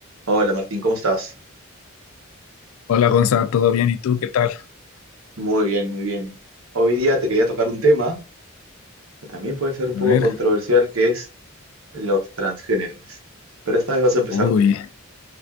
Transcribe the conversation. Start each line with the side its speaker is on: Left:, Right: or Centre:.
Right: Hola Martín, ¿cómo estás?
Left: Hola Gonza, ¿todo bien? ¿Y tú qué tal?
Right: Muy bien, muy bien. Hoy día te quería tocar un tema que también puede ser un poco
Left: A ver.
Right: controversial, que es los transgéneros. Pero esta vez vas a empezar
Left: Uy,
Right: tú.